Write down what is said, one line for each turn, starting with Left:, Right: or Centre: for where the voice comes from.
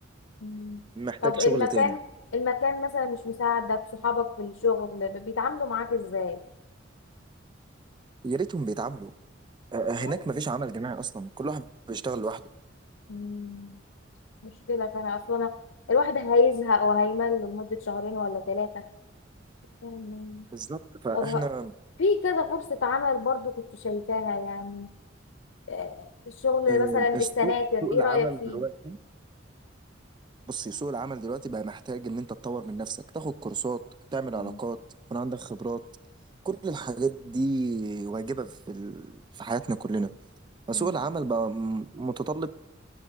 Left: مم.
Right: محتاج
Left: طب المكان
Right: شغل تاني
Left: المكان مثلا مش مساعدك صحابك في الشغل ب- بيتعاملوا معاك ازاي
Right: يا ريتهم بيتعاملوا آه، آه،
Left: اصلا
Right: هناك مفيش عمل جماعي اصلا كل واحد بيشتغل لوحده
Left: مم. مشكلة فانا اصلا الواحد هيزهق وهيمل لمدة شهرين ولا ثلاثة يعني
Right: بالظبط فاحنا
Left: طب ه- في كذا فرصة عمل برضو كنت شايفاها يعني آه، الشغل
Right: آه،
Left: مثلا السناتر
Right: السوق سوق
Left: ايه
Right: العمل
Left: رأيك فيه؟
Right: دلوقتي بصي سوق العمل دلوقتي بقى محتاج ان انت تطور من نفسك تاخد كورسات تعمل
Left: مم.
Right: علاقات يكون عندك خبرات كل الحاجات دي واجبة في ال... في حياتنا كلنا فسوق
Left: مم.
Right: العمل بقى م- متطلب